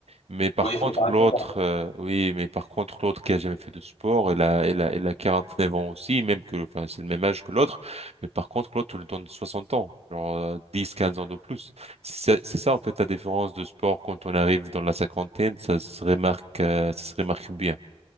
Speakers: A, on the right; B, on the left.
A: Mais par
B: ouais,
A: contre,
B: il faut faire attention.
A: l'autre, euh, oui, mais par contre, l'autre qui a jamais fait de sport, elle a, elle a, elle a 49 ans aussi, même que, enfin, c'est le même âge que l'autre. Mais par contre, l'autre, tu le donne 60 ans, genre euh, 10, 15 ans de plus. C'est ça, c'est ça, en fait, la différence de sport quand on arrive dans la cinquantaine, ça se remarque, euh, ça se remarque bien.